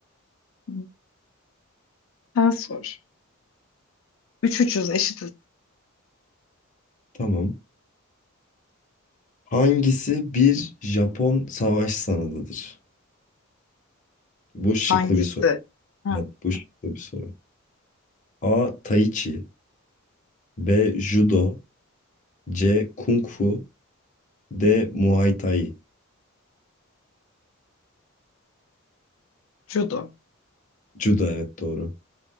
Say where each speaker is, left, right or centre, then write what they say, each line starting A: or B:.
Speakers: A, on the left; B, on the left.
A: Hı. Sen sor. Üç ucuz eşitiz.
B: Tamam. Hangisi bir Japon savaş sanatıdır? Bu şıklı
A: Hangisi?
B: bir soru.
A: Ha,
B: Evet, bu şıklı bir soru. A. Tai Chi B. Judo C. Kung Fu D. Muay Thai
A: judo.
B: Judo evet doğru.